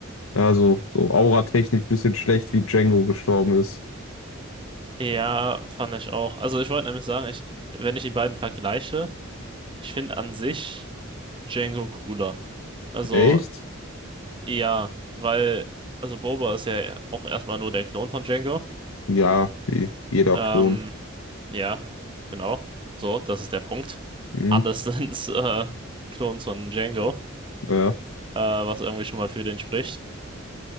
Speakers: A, on the left; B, on the right.
A: ja, so, so auratechnisch ein bisschen schlecht, wie Django gestorben ist.
B: Ja, fand ich auch. Also ich wollte nämlich sagen, ich, wenn ich die beiden vergleiche, ich finde an sich Django cooler. Also
A: Echt?
B: ja, weil, also Boba ist ja auch erstmal nur der Klon von Django.
A: Ja, wie jeder
B: Ähm,
A: Klon.
B: ja, genau. So, das ist der Punkt.
A: Hm,
B: Alles <laughs> sind äh, Klons von Django,
A: ja.
B: äh, was irgendwie schon mal für den spricht.